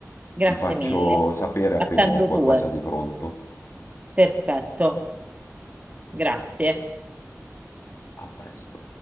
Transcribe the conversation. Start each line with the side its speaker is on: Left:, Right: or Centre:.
Right: Grazie
Left: Ti faccio
Right: mille.
Left: sapere appena
Right: Attendo
Left: ho qualcosa
Right: tue.
Left: di pronto.
Right: Perfetto. Grazie.
Left: A presto.